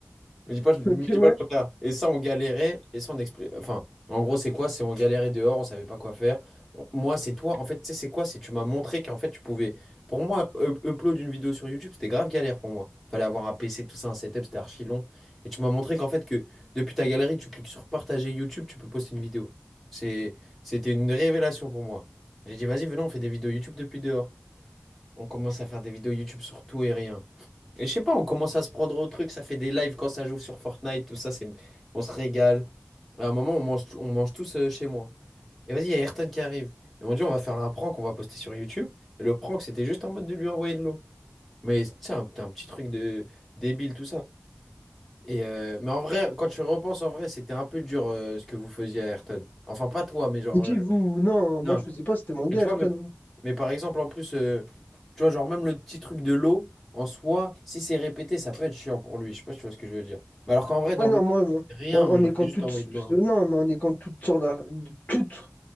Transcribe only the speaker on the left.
<laughs> Ok,
ouais.
Et puis
vous? Non,
moi je faisais pas, c'était mon gars,
Ayrton.
Oui, non,
moi, moi,
on, on
est contre
toutes.
Non, mais on est contre toutes sortes d'ar- toutes